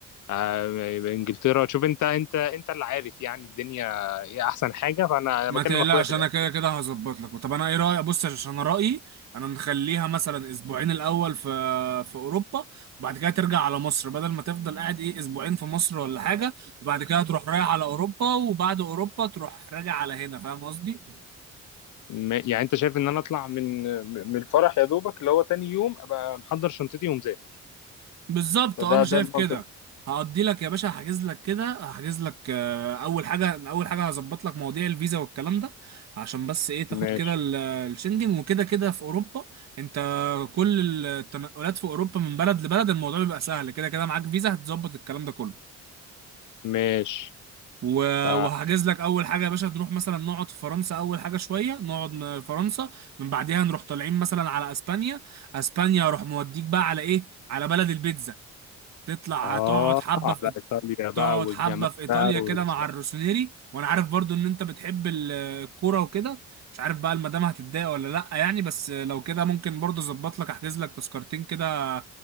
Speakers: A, on the left; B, on the right.
A: آه، انجلترا شوف انت انت انت اللي عارف يعني الدنيا ايه احسن حاجه فانا
B: ما
A: بكلم
B: تقلقش
A: اخويا في الاخر
B: انا كده كده هظبط لك طب انا ايه رايك بص عشان انا رايي انا نخليها مثلا اسبوعين الاول في في اوروبا وبعد كده ترجع على مصر بدل ما تفضل قاعد ايه اسبوعين في مصر ولا حاجه وبعد كده تروح رايح على اوروبا وبعد اوروبا تروح راجع على هنا فاهم قصدي
A: م- يعني انت شايف ان انا اطلع من من الفرح يا دوبك اللي هو تاني يوم ابقى محضر شنطتي ومذاكر
B: بالظبط
A: فده
B: اه انا شايف
A: ده المنطق
B: كده هقضي لك يا باشا هحجز لك كده هحجز لك آه، اول حاجه اول حاجه هظبط لك مواضيع الفيزا والكلام ده عشان بس ايه تاخد
A: ماشي
B: كده ال- الشنجن وكده كده في اوروبا انت كل التنقلات في اوروبا من بلد لبلد الموضوع بيبقى سهل كده كده معاك فيزا هتظبط الكلام ده كله
A: ماشي
B: و-
A: ف...
B: وهحجز لك اول حاجه يا باشا نروح مثلا نقعد في فرنسا اول حاجه شويه نقعد ن- فرنسا من بعديها نروح طالعين مثلا على اسبانيا اسبانيا اروح موديك بقى على ايه على بلد البيتزا تطلع
A: اه
B: هتقعد حبه
A: على
B: في
A: ايطاليا بقى
B: تقعد
A: والجمال
B: حبة في إيطاليا
A: بقى وال-
B: كده مع الروسونيري وأنا عارف برضو إن أنت بتحب ال- الكورة وكده مش عارف بقى المدام هتتضايق ولا لأ يعني بس لو كده ممكن برضو أظبط لك أحجز لك تذكرتين كده